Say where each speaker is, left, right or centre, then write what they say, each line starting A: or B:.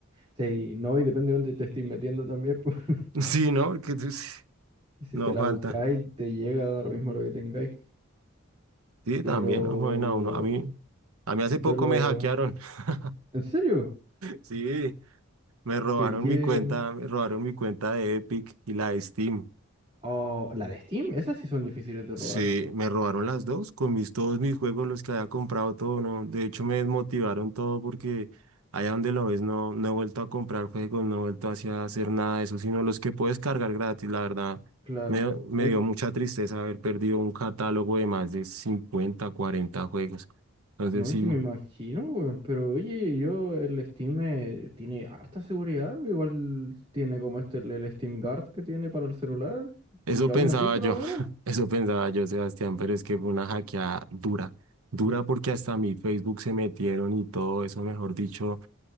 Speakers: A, on the right (about 25°); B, on the right (about 80°).
A: sí, no, y depende de dónde te estés metiendo también, pues, <laughs>
B: Sí, ¿no? Porque pues,
A: y si
B: no
A: te la
B: falta.
A: buscáis, te llega da lo mismo lo que tengáis.
B: Sí,
A: Pero
B: también han jugado uno. A mí, a mí hace
A: yo
B: poco
A: lo...
B: me hackearon. <laughs>
A: ¿En serio?
B: Sí, me robaron
A: ¿Pero y qué?
B: mi cuenta, me robaron mi cuenta de Epic y la de Steam.
A: Oh, la de Steam, esas sí son difíciles de
B: Sí,
A: robar,
B: me robaron las dos con mis, todos mis juegos, los que había comprado todo, ¿no? De hecho, me desmotivaron todo porque allá donde lo ves no, no he vuelto a comprar juegos, no he vuelto así a hacer nada de eso, sino los que puedes cargar gratis, la verdad.
A: claro.
B: Me, me
A: Oye,
B: dio mucha tristeza haber perdido un catálogo de más de 50 40 juegos. Entonces,
A: no
B: sí.
A: sé si me imagino, weón, pero oye, yo el Steam eh, tiene harta seguridad, igual tiene como este el, el Steam Guard que tiene para el celular
B: Eso
A: y aún
B: pensaba
A: así te
B: yo,
A: lo robaron.
B: <laughs> eso pensaba yo, Sebastián, pero es que fue una hackeada dura, dura porque hasta mi Facebook se metieron y todo eso, mejor dicho,